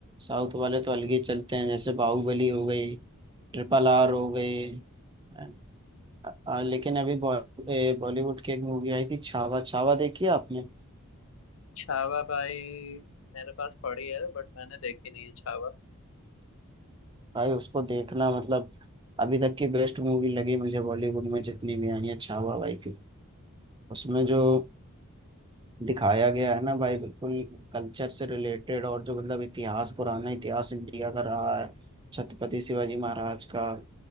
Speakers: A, on the right (about 20°); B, on the left (about 65°).
A: साउथ वाले तो अलग ही चलते हैं जैसे बाहुबली हो गई ट्रिपल आर हो गई अ, अ, लेकिन अभी बॉ- ए, बॉलीवुड की एक मूवी आई थी छावा छावा देखी है आपने
B: छावा भाई मेरे पास पड़ी है बट मैंने देखी नहीं है छावा
A: भाई उसको देखना मतलब अभी तक की बेस्ट मूवी लगी मुझे बॉलीवुड में जितनी भी आई है छावा भाई की उसमें जो दिखाया गया है ना भाई बिल्कुल कल्चर से रिलेटेड और जो मतलब इतिहास पुराना इतिहास इंडिया का रहा है छत्रपति शिवाजी महाराज का